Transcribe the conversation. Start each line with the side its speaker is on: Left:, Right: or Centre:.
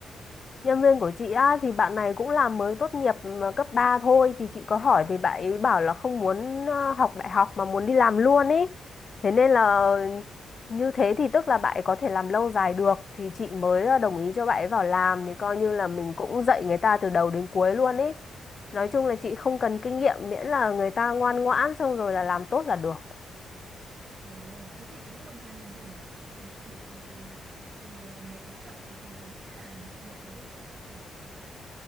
Left: Nhân viên của chị á, thì bạn này cũng là mới tốt nghiệp mà cấp 3 thôi thì chị có hỏi thì bạn ấy bảo là không muốn ờ, học đại học mà muốn đi làm luôn ý. Thế nên là như thế thì tức là bạn ấy có thể làm lâu dài được thì chị mới ờ, đồng ý cho bạn ấy vào làm thì coi như là mình cũng dạy người ta từ đầu đến cuối luôn ý. Nói chung là chị không cần kinh nghiệm miễn là người ta ngoan ngoãn xong rồi là làm tốt là được.
Right: Ồ, thế thì cái nguồn hàng bình thường của chị ấy thì chị nhập từ từ mấy cái chợ truyền thống hay là chị nhập từ bên Trung Quốc về hả chị?